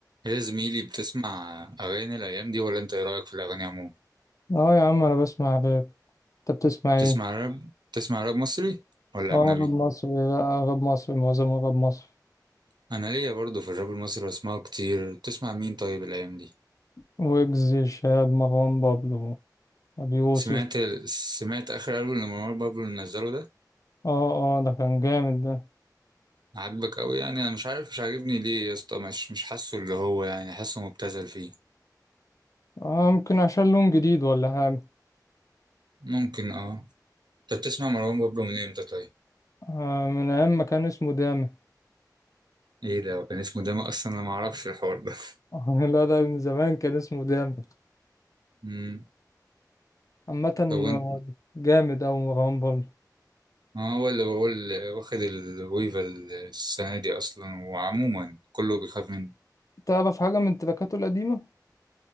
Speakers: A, on the right; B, on the left.
A: ايه يا زميلي بتسمع أغاني الأيام دي ولا أنت إيه رأيك في الأغاني عموما؟
B: اه يا عم انا بسمع راب انت بتسمع ايه
A: بتسمع راب؟ بتسمع راب مصري ولا
B: اه
A: أجنبي؟
B: راب مصري لا راب مصري معظمه راب مصري
A: أنا ليا برضه في الراب المصري بسمعه كتير، بتسمع مين طيب الأيام دي؟
B: ويجز شهاب مروان بابلو ابي يوسف
A: سمعت ال... سمعت آخر ألبوم لمروان بابلو اللي نزله ده؟
B: اه اه ده كان جامد ده
A: عاجبك أوي يعني أنا مش عارف مش عاجبني ليه يا اسطى مش مش حاسه اللي هو يعني حاسه مبتذل فيه
B: اه ممكن عشان لون جديد ولا حاجة
A: ممكن اه أنت بتسمع مروان بابلو من إمتى طيب؟
B: آه من ايام ما كان اسمه داما
A: إيه ده كان اسمه ده أصلا أنا معرفش الحوار ده <laughs>
B: آه <laughs> لا ده من زمان كان اسمه داما
A: مم.
B: عامة
A: طب وأنت
B: آه، جامد اوي مروان بابلو
A: ما هو اللي بقول واخد الويفا السنة دي أصلا وعموما كله بيخاف منه
B: تعرف حاجة من تراكاته القديمة؟